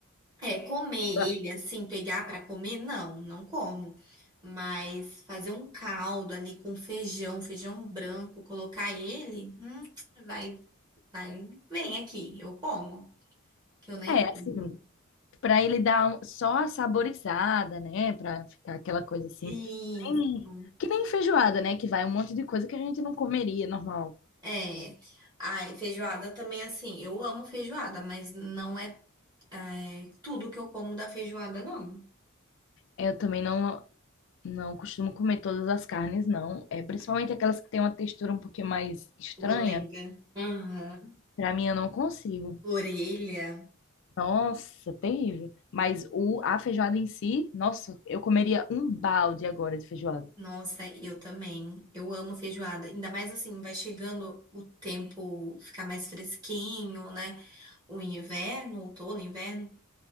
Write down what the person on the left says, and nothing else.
ah,
É,
assim. para ele dar um- só a saborizada, né? Para ficar aquela coisa assim,
que nem, que nem feijoada, né? Que vai um monte de coisa que a gente não comeria normal.
Eu também não não costumo comer todas as carnes, não. É principalmente aquelas que têm uma textura um pouquinho mais estranha.
Para mim, eu não consigo.
Nossa, terrível. Mas o a feijoada em si, nossa, eu comeria um balde agora de feijoada.